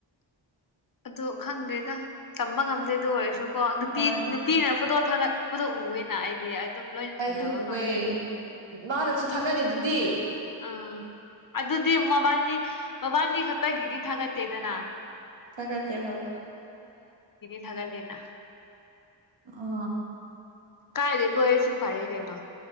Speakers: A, on the left; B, on the right.
A: ꯑꯗꯣ ꯈꯪꯗ꯭ꯔꯦꯗ ꯇꯝꯕ ꯉꯝꯗꯦꯗꯣ ꯑꯗꯨ ꯑꯣꯏꯔꯁꯨꯀꯣ ꯅꯨꯄꯤ
B: ꯍꯣꯏ
A: ꯅꯨꯄꯤꯅ ꯐꯣꯇꯣ ꯊꯥꯒꯠ ꯄꯨꯗꯨ ꯎꯌ‌ꯦꯅ ꯑꯩꯗꯤ ꯑꯗꯨꯝ ꯂꯣꯏꯅ
B: ꯑꯩꯁꯨ
A: ꯊꯦꯡꯅꯕ
B: ꯎꯑꯦ
A: ꯃꯥꯜꯂꯦ
B: ꯃꯥꯅꯁꯨ ꯊꯥꯒꯠꯂꯤ ꯗꯨꯗꯤ
A: ꯎꯝ ꯑꯗꯨꯗꯤ ꯃꯕꯥꯟꯅꯤ ꯃꯕꯥꯟꯅꯤ ꯈꯛꯇꯒꯤꯗꯤ ꯊꯥꯒꯠꯇꯦꯗꯅ
B: ꯊꯒꯠ ꯇꯦ ꯍꯣꯏ
A: ꯊꯒꯠꯂꯦꯅ
B: ꯑ
A: ꯀꯥꯏꯗ ꯀꯣꯏꯔꯁꯨ ꯐꯔꯦ ꯀꯩꯅꯣ